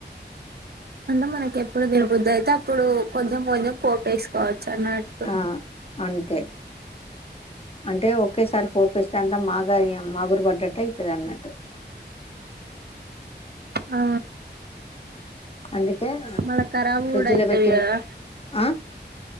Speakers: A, on the right (about 60°); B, on the left (about 35°).
A: అంటే మనకి ఎప్పుడు దిరుబద్దు అయితే అప్పుడు కొంచెం కొంచెం పోపేసుకోవచ్చు చన్నటు
B: ఆ అంతే అంటే ఒకేసారి హోప్ ఇస్తే అంతా మాగా మాగురు పడ్డట్టు అవుతది అన్నట్టు
A: ఆ
B: అందుకే
A: మళ్ళా ఖరాబ్
B: ఫ్రిడ్జ్
A: కూడా అయితది
B: లో పెట్టి
A: కదా
B: ఆ